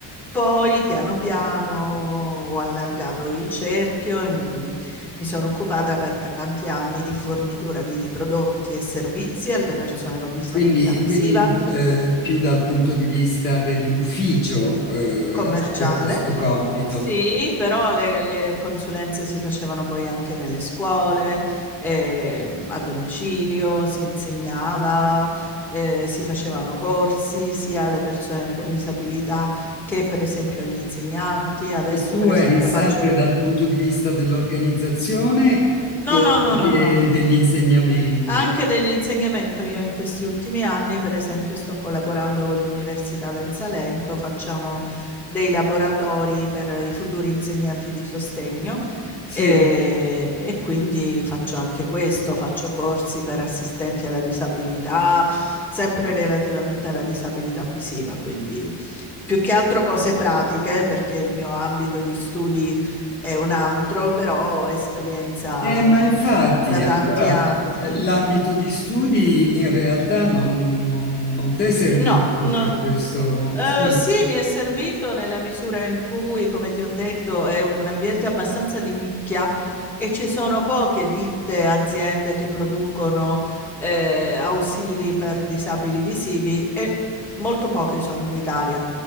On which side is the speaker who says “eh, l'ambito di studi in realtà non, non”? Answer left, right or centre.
Left